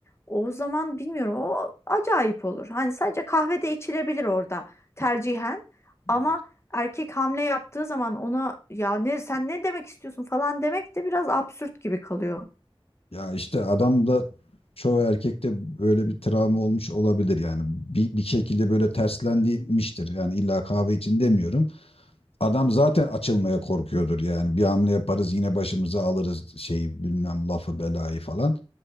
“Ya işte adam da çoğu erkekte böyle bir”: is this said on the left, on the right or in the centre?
Left